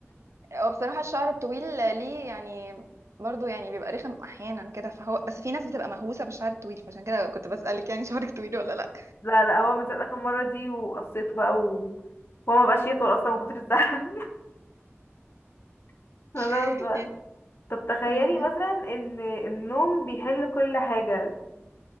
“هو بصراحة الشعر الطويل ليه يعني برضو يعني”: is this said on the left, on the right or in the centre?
Right